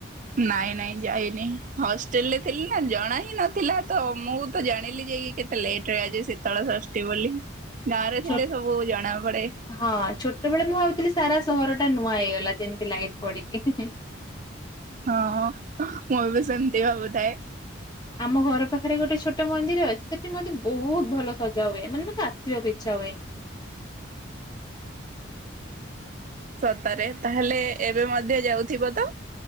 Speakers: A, on the right; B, on the left.
A: ନାଇଁ ନାଇଁ ଯାଇନି ହଷ୍ଟେଲ ରେ ଥିଲି ନା ଜଣା ହିଁ ନଥିଲା ତ ମୁଁ ତ ଜାଣିଲି ଯାଇକି କେତେ ଲେଟରେ ଆଜି। ଶୀତଳ ଷଷ୍ଠୀ ବୋଲି। ଗାଁ ରେ ଥିଲେ
B: ଛୋଟ୍
A: ସବୁ ଜଣା ପଡେ
B: ହଁ ଛୋଟବେଳେ ମୁଁ ଥିଲି ସାରା ସହର ଟା ନୂଆ ହେଇଗଲା ଯେମିତି ଲାଇଟ୍ ପଡିକି
A: ହଁ ମୁଁ ବି ସେମତି ଭାବୁଥାଏ।
B: ଆମ ଘର ପାଖରେ ଗୋଟେ ଛୋଟ ମନ୍ଦିର ଅଛି ସେଠି ମତେ ବହୁତ ଭଲ ସଜା ହୁଏ ମାନେ ମତେ ଆସିବାକୁ ଇଚ୍ଛା ହୁଏନି।
A: ସତରେ ତାହେଲେ ଏବେ ମଧ୍ୟ ଯାଉଥିବ ତ